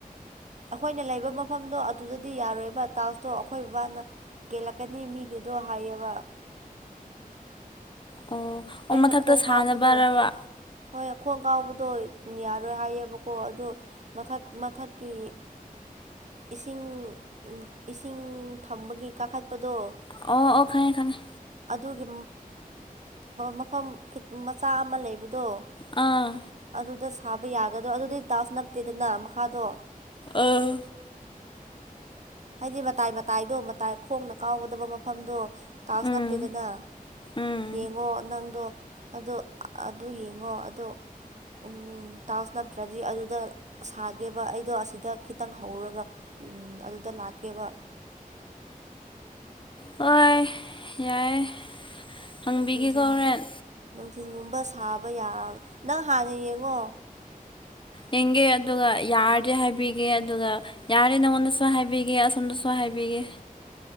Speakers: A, on the right; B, on the left.
A: ꯑꯩꯈꯣꯏꯅ ꯂꯩꯕ ꯃꯐꯝꯗꯣ ꯑꯗꯨꯗꯗꯤ ꯌꯥꯔꯣꯏꯕ ꯇꯥꯎꯁꯇꯣ ꯑꯩꯈꯣꯏ ꯕꯕꯥꯅ ꯀꯦꯜꯂꯛꯀꯅꯤ ꯃꯤꯒꯤꯗꯣ ꯍꯥꯏꯌꯦꯕ
B: ꯑꯣ ꯑꯣ
A: ꯑꯩꯅ
B: ꯃꯊꯛꯇ
A: ꯈꯣꯡ
B: ꯁꯥꯟꯅꯕꯔꯕ
A: ꯀꯥꯎꯕꯗꯣ ꯍꯣꯏ ꯈꯣꯡ ꯀꯥꯎꯕꯗꯣ ꯌꯥꯔꯣꯏ ꯍꯥꯏꯌꯦꯕꯀꯣ ꯑꯗꯣ ꯃꯊꯛ ꯃꯊꯛꯀꯤ ꯏꯁꯤꯡ ꯏꯁꯤꯡ ꯊꯝꯕꯒꯤ ꯀꯥꯈꯠꯄꯗꯣ
B: ꯑꯣ ꯑꯣ ꯈꯥꯉꯦ ꯈꯥꯉꯦ
A: ꯑꯗꯨꯒꯤ ꯃꯐꯝꯈꯤ ꯃꯆꯥ ꯑꯃ ꯂꯩꯕꯗꯣ
B: ꯑꯥ
A: ꯑꯗꯨꯗ ꯁꯥꯕ ꯌꯥꯒꯗ꯭ꯔꯣ ꯑꯗꯨꯗꯤ ꯇꯥꯎꯁ ꯅꯞꯇꯦꯗꯅ ꯃꯈꯥꯗꯣ
B: ꯑꯥ
A: ꯍꯥꯏꯗꯤ ꯃꯇꯥꯏ ꯃꯇꯥꯏꯗꯣ ꯃꯇꯥꯏ ꯈꯣꯡꯅ ꯀꯥꯎꯒꯗꯕ ꯃꯐꯝꯗꯣ ꯇꯥꯎꯁ
B: ꯎꯝ
A: ꯅꯞꯇꯦꯗꯅ
B: ꯎꯝ
A: ꯌꯦꯡꯉꯣ ꯅꯪꯗꯣ ꯑꯗꯣ ꯑꯗꯨ ꯌꯦꯡꯉꯣ ꯑꯗꯣ ꯎꯝ ꯇꯥꯎꯁ ꯅꯠꯇ꯭ꯔꯗꯤ ꯑꯗꯨꯗ ꯁꯥꯒꯦꯕ ꯑꯩꯗꯣ ꯑꯁꯤꯗ ꯈꯤꯇꯪ ꯍꯧꯔꯒ ꯎꯝ ꯑꯗꯨꯗ ꯂꯥꯛꯀꯦꯕ
B: ꯍꯣꯏ ꯌꯥꯏꯌꯦ ꯍꯪꯕꯤꯒꯦꯀꯣ
A: ꯅꯨꯡꯊꯤꯟ
B: ꯍꯣꯔꯦꯟ
A: ꯅꯨꯡꯊꯤꯟꯒꯨꯝꯕ ꯁꯥꯕ ꯌꯥ ꯅꯪ ꯍꯥꯟꯅ ꯌꯦꯡꯉꯣ
B: ꯌꯦꯡꯒꯦ ꯑꯗꯨꯒ ꯌꯥꯔꯗꯤ ꯍꯥꯏꯕꯤꯒꯦ ꯑꯗꯨꯒ ꯌꯥꯔꯦ ꯅꯉꯣꯟꯗꯁꯨ ꯍꯥꯏꯕꯤꯒꯦ ꯑꯁꯣꯝꯗꯁꯨ ꯍꯥꯏꯕꯤꯒꯦ